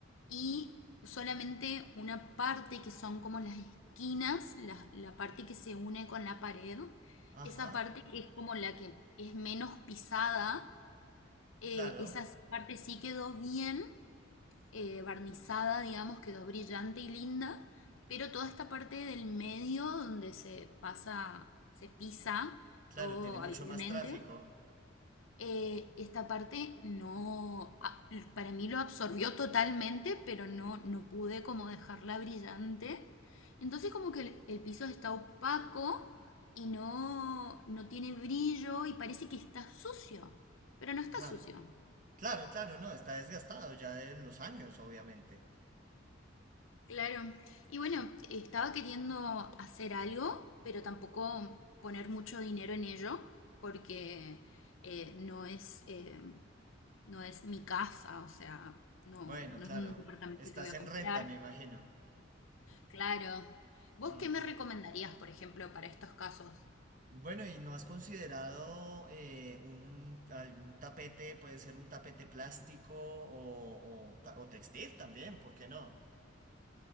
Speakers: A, on the left; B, on the right.
A: y solamente una parte que son como las esquinas, la, la parte que se une con la pared,
B: Ajá,
A: esa parte que es como la que es menos pisada, eh,
B: claro,
A: esa parte sí quedó bien eh, barnizada, digamos, quedó brillante y linda, pero toda esta parte del medio donde se pasa, se pisa
B: claro,
A: todo
B: tiene mucho
A: habitualmente
B: más tráfico.
A: eh, esta parte no, a- para mí lo absorbió totalmente, pero no, no pude como dejarla brillante. Entonces como que el, el piso está opaco y no, no tiene brillo y parece que está sucio, pero no está
B: Ah,
A: sucio.
B: claro, claro, no, está desgastado ya de los años, obviamente.
A: Claro. Y bueno, estaba queriendo hacer algo, pero tampoco poner mucho dinero en ello, porque eh, no es... eh, No es mi casa, o sea, no,
B: Bueno,
A: no
B: claro,
A: es un departamento
B: estás
A: que voy a
B: en
A: comprar.
B: renta, me imagino.
A: Claro. ¿Vos
B: Mm.
A: qué me recomendarías, por ejemplo, para estos casos?
B: Bueno, ¿y no has considerado eh, un, algún tapete, puede ser un tapete plástico o, o ta- o textil también, ¿por qué no?